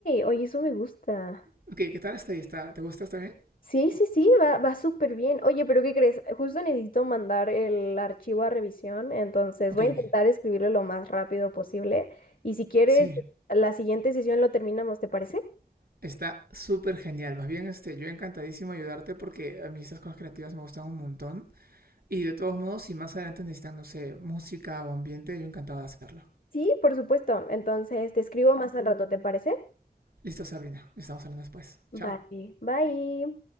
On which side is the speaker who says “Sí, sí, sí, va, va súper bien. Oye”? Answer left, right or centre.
Left